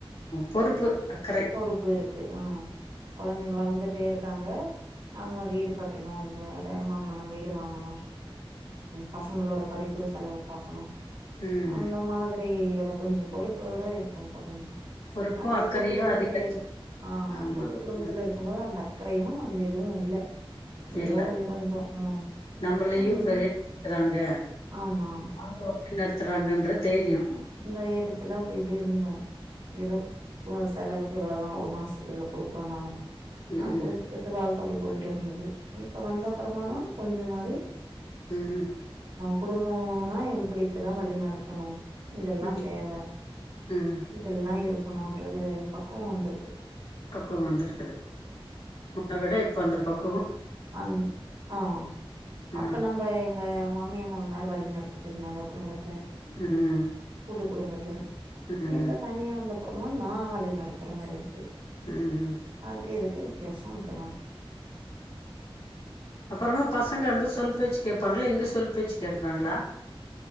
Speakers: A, on the left; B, on the right.
A: பொறுப்பு அக்கறை
B: பொறுப்பு இருக்கு அ கொழந்தைங்க வளந்துட்டே இருக்காங்க நாம வீடு கட் கட்டணும் எடம் வாங்கணு வீடு வாங்கணு பசங்களோட படிப்பு செலவு பாக்கணு
A: ம்
B: அந்த மாதர் ரியோட கொஞ்சோ பொறுப்போட இருக்கோம் இப்ப கொஞ்சோ
A: பொறுப்பு
B: அதே
A: அக்கறையு
B: கூட்டு குடும்பத்துல
A: அதிகரிச்சு
B: இருந் ஆ
A: ஆமா
B: கூட்டு குடும்பத்துல
A: ம்
B: இருக்கும்போது அந்தக் அக்கறையு அந்த இதுவு இல்ல எதோ
A: இல்ல
B: இருந்தோ ம்
A: நம்மளையு
B: ம்
A: பெரிய க்குறாங்க
B: ஆமா
A: அவங்க வழி நடத்துறாங்கன்ற தைரியோ
B: அ இந்த எடத்துல அப்டி இப்டி இருந்தோ எதோ செலவுக்கு இவ்ளோதா ஒரு மாசத் இவ்ளோ குடுக்குறோ நானு
A: ம்
B: ஆ
A: ம்
B: குடுத்துட்டு வாழ்க்க அப்புடி போயிட்டு இருந்தது இப்ப வந்த அப்புறமாதா கொஞ்சமாது
A: ம்
B: குடும்போன்னா இப்டி இப்டிதா வழி நடத்தணு இதெல்லா
A: ம்
B: தேவ
A: ம்
B: இதெல்லா இருக் இருக்கணுன்றது பக்குவோ வந்துருக்கு
A: பக்குவம் வந்துருக்குது முன்ன விட இப்ப அந்த பக்
B: அன் ஆஹ
A: ஆ
B: அப்ப நம்ப எங்க மாமியா மாமனார் வழி நடத்திட்டு இருந்தாங்க குடும்பத்த து
A: ம்
B: கூட்டு குடும்ப த
A: ம்
B: இப்ப தனியா வந்த அப்புறமா நான் வழி நடத்துற மாரி இருக்கு
A: ம்
B: அதுக்கு எதுக்கு எசும் அப்டி தான்
A: அப்புறமா பசங்க அங்க சொல் பேச் கேப்பாங்களா இங்க சொல் பேச் கேக்குறாங்களா